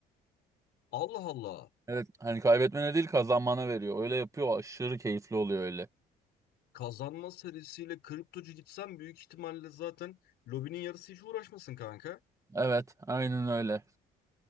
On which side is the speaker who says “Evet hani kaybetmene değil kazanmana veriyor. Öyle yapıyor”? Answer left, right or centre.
Right